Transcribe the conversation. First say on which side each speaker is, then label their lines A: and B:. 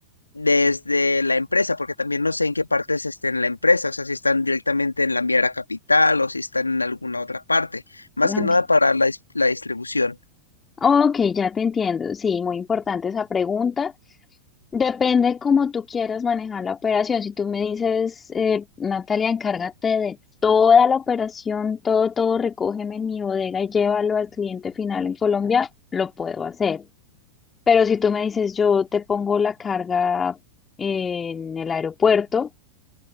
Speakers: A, on the left; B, on the left.
A: desde la empresa, porque también no sé en qué partes estén en la empresa, o sea, si están directamente en la Miera Capital o si están en alguna otra parte, más que nada
B: Ok,
A: para la, dis- la distribución.
B: Ok, ya te entiendo. Sí, muy importante esa pregunta. Depende cómo tú quieras manejar la operación. Si tú me dices, eh, Natalia, encárgate de toda la operación, todo, todo, recógeme en mi bodega y llévalo al cliente final en Colombia, lo puedo hacer. Pero si tú me dices, yo te pongo la carga en el aeropuerto